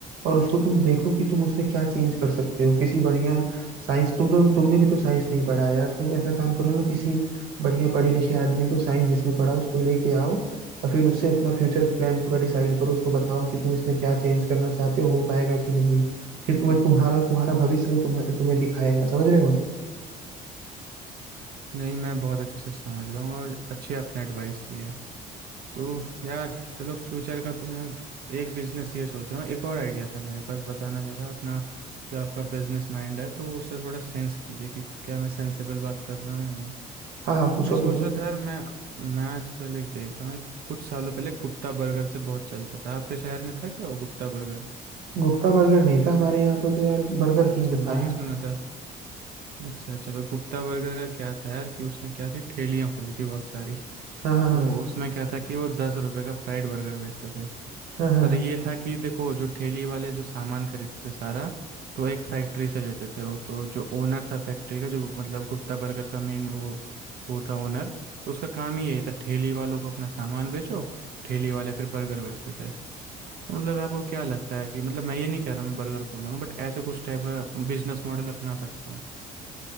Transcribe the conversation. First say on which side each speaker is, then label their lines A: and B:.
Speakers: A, on the right; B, on the right.
A: और उसको तुम देखो कि तुम उसमें क्या चेंज कर सकते हो किसी बढ़िया साइंस तुम तो तुमने भी तो साइंस नहीं पढ़ा है यार तुम ऐसा काम करो ना किसी बढ़िया पढ़े लिखे आदमी को साइंस जिसने पढ़ा उसको लेके आओ और फिर उससे अपना फ्यूचर प्लान पूरा डिसाइड करो उसको बताओ कि तुम इसमें क्या चेंज करना चाहते हो हो पाएगा कि नहीं फिर तुम्हें तुम्हारा तुम्हारा भविष्य वो तुम्हें तुम्हें दिखाएगा समझ रहे हो
B: नहीं मैं बहुत अच्छे से समझ रहा हूँ और अच्छी आपने एडवाइस दी है तो यार चलो फ्यूचर का तो मैं एक बिजनेस ये सोच रहा हूँ एक और आइडिया था मेरे पास बताना जरा अपना जो आपका बिजनेस माइंड है तो उससे थोड़ा सेंस कीजिए कि क्या मैं सेंसेबल बात कर रहा हूँ या नहीं
A: हाँ हाँ पूछो
B: मैं सोच
A: पूछो
B: रहा था यार मैं मैं आजकल एक देख रहा हूँ एक कुछ सालों पहले गुप्ता बर्गर से बहुत चलता था आपके शहर में था क्या वो गुप्ता बर्गर
A: गुप्ता बर्गर नहीं था हमारे यहाँ पे तो यार बर्गर किंग
B: अच्छा नहीं
A: था
B: सुना था अच्छा अच्छा तो गुप्ता बर्गर का क्या था यार कि उसने क्या थी ठेलियाँ खोली थी बहुत सारी <laughs>
A: हाँ हाँ हाँ
B: तो उसमें क्या था कि वो दस रुपए का फ्राइड बर्गर बेचते थे
A: हाँ हाँ
B: पर ये था कि देखो जो ठेली वाले जो सामान खरीदते थे सारा तो एक फैक्ट्री से लेते थे वो तो जो ओनर था फैक्ट्री का जो मतलब गुप्ता बर्गर का मेन वो वो था ओनर तो उसका काम ही यही था ठेली वालों को अपना सामान बेचो ठेली वाले फिर बर्गर बेचते थे तो मतलब आपको क्या लगता है कि मतलब मैं ये नहीं कह रहा मैं बर्गर खोलूंगा बट ऐसे कुछ टाइप का बिजनेस मॉडल अपना सकता हूँ